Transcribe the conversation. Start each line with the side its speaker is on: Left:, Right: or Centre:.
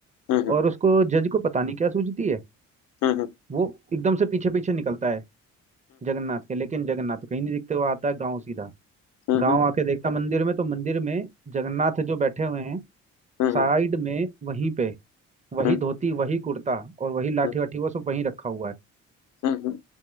Left: हुँ, हुँ।
Right: और उसको जज को पता नहीं क्या सूझती है
Left: हुँ, हुँ।
Right: वो एकदम से पीछे पीछे निकलता है जगन्नाथ के लेकिन जगन्नाथ तो कहीं नहीं दिखते वो आता है गाँव सीधा
Left: हुँ,
Right: गाँव
Left: हुँ।
Right: आके देखता मंदिर में तो मंदिर में जगन्नाथ जो बैठे हुए हैं
Left: हुँ, हुँ।
Right: साइड
Left: हुँ, हुँ।
Right: में वहीं पे वही
Left: हुँ,
Right: धोती वही कुर्ता और वही लाठी
Left: हुँ।
Right: वाठी वो सब वहीं रखा हुआ है
Left: हुँ, हुँ।